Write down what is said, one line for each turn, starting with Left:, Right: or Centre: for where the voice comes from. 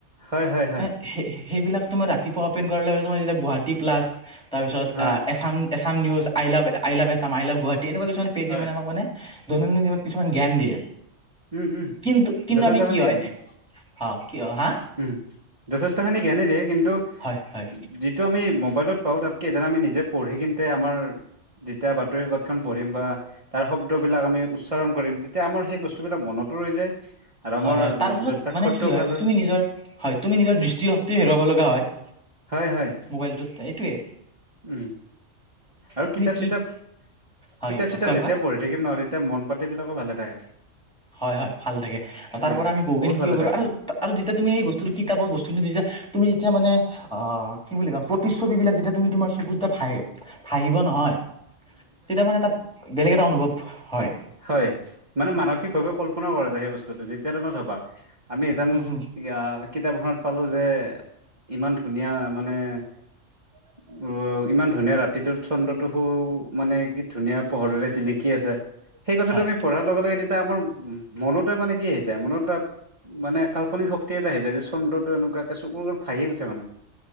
Right: হয় হয় হয়।
Centre: সে সেইবিলাক তোমাৰ ৰাতিপুৱা অ'পেন কৰাৰ ল লগে তোমাৰ এতিয়া গুৱাহাটী প্লাছ, তাৰ পিছত
Right: হয়
Centre: আ Assam Assam news, I love I love Assam I love Guwahati এনেকুৱা কিছুমান পেজে
Right: হয়
Centre: মানে আমাক মানে দৈনন্দিন জীৱনত কিছুমান জ্ঞান দিয়ে।
Right: উম উম
Centre: কিন্তু কিন্তু
Right: যথেষ্টখিনি
Centre: আমি কি হয়,
Right: জ্ঞান দিয়ে
Centre: হ' কি হয় হা!
Right: উম, যথেষ্টখিনি জ্ঞানেই দিয়ে কিন্তু,
Centre: হয় হয়
Right: যিত টো আমি মোবাইলত পাওঁ, তাতকে যেন আমি নিজে পঢ়ি কিন্তে আমাৰ যেতিয়া বাতৰি কাকতখন পঢ়িম, বা তাৰ শব্দবিলাক আমি উচ্চাৰণ কৰিম, তেতিয়া আমাৰ সেই বস্তু স্তুবিলাক মনতো ৰৈ যায়। আৰু আমাৰ
Centre: হয় হয়। তাৰ ফলত
Right: যুক্তাক্ষৰটো
Centre: মানে কি হয়,
Right: ভাল
Centre: তুমি নিজৰ হয়, তুমি নিজৰ দৃষ্টিশক্তি হেৰুৱাব লগা হয়,
Right: হয় হয়
Centre: মোবাইলটোত এইটোৱে।
Right: উম আৰু কিতাপ
Centre: কি
Right: চিতাপ,
Centre: হয়
Right: কিতাপ চিতাপ
Centre: কোৱা
Right: যেতিয়া
Centre: কোৱা
Right: পঢ়ি থাকিম নহয়, তেতিয়া মন পাতি বিলাকো ভালে থাকে।
Centre: হয় হয়, ভাল থাকে। তাৰ
Right: হা
Centre: পৰা আমি বহুখিনি
Right: বহুত
Centre: শিকিব
Right: ভালে
Centre: পাৰো
Right: থাকে
Centre: আৰু তা আৰু তেতিয়া তুমি এই বস্তুটো কিতাপৰ বস্তুটো নিজে, তুমি তেতিয়া মানে, অ' কি বুলি ক'ম! প্ৰতিচ্ছ ছবি বিলাক যেতিয়া তুমি তোমাৰ চকু দুটাত ভাহে, ভাহিব নহয়, তেতিয়া মানে তাত বেলেগ এটা অনুভৱ হয়।
Right: হয়, মানে মানসিকভাৱে কল্পনাও কৰা যায় সেই বস্তুটো। যেতিয়া তোমাৰ চাবা আমি এদান
Centre: উম, হুম,
Right: ইয়া কিতাপ এখনত পালোঁ যে, ইমান ধুনীয়া মানে অউ ইমান ধুনীয়া ৰাতিটোত চন্দ্ৰটো সু মানে, কি ধুনীয়া পোহৰেৰে জিলিকি আছে। সেই কথাটো
Centre: হয়
Right: আমি পঢ়াৰ লগে লগে তেতিয়া আমাৰ মনতে মানে কি আহি যায়, মনৰটা মানে কাল্পনিক শক্তি এটা আহি যায়, যে চন্দ্ৰটো এনেকুৱাকে চকুৰ আগত ভাঁহি উঠে মানে।